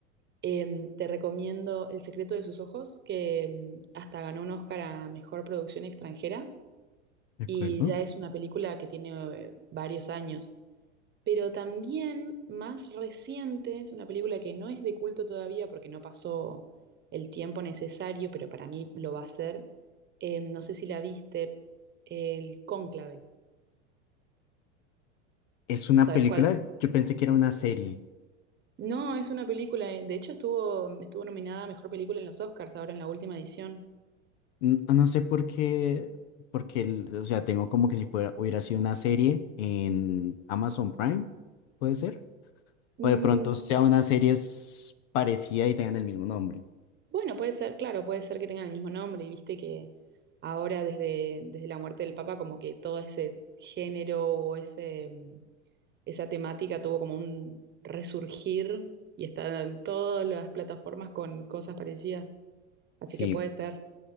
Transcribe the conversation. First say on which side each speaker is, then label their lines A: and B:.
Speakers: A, on the right; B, on the left.
A: em, te recomiendo El secreto de sus ojos, que mm, hasta ganó un Oscar a mejor producción extranjera
B: ¿de acuerdo?
A: y ya es una película que tiene eh, varios años. Pero también más reciente, es una película que no es de culto todavía porque no pasó el tiempo necesario, pero para mí lo va a ser. Eh, no sé si la viste, El Cónclave.
B: Es una
A: ¿Sabes
B: película,
A: cuál?
B: yo pensé que era una serie.
A: No, es una película, eh, de hecho estuvo, estuvo nominada a Mejor Película en los Oscars ahora en la última edición.
B: N- No sé por qué, porque, el- o sea, tengo como que si fuera, hubiera sido una serie en Amazon Prime, puede ser.
A: Mm,
B: O de pronto sea una serie s- parecida y tengan el mismo nombre.
A: Bueno, puede ser, claro, puede ser que tengan el mismo nombre y viste que ahora desde, desde la muerte del Papa como que todo ese género o ese, mm, esa temática tuvo como un resurgir y están en todas las plataformas con cosas parecidas, así
B: Sí,
A: que puede ser.